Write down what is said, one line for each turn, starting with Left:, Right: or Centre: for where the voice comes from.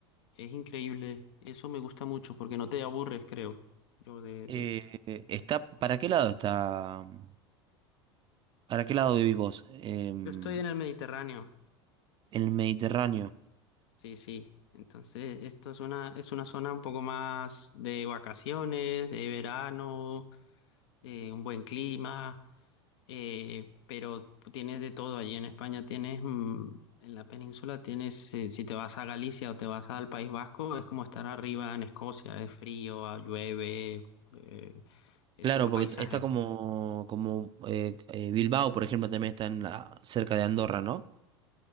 Left: Es increíble. Eso me gusta mucho porque no te aburres, creo. Yo de,
Right: Eh,
Left: de-
Right: eh, está, ¿para qué lado está? mm, ¿Para qué lado vivís vos? Em,
Left: yo estoy en el Mediterráneo.
Right: el Mediterráneo.
Left: Entonces, sí, sí. Entonces, esto es una, es una zona un poco más de vacaciones, de verano, eh, un buen clima. eh, pero tienes de todo allí en España, tienes, mm, en la península tienes, eh, si te vas a Galicia o te vas al País Vasco, es como estar arriba en Escocia, es frío, ah, llueve, eh, es
Right: Claro,
Left: otro
Right: porque
Left: paisaje.
Right: t- está como, como eh, eh, Bilbao, por ejemplo, también está en la- cerca de Andorra, ¿no?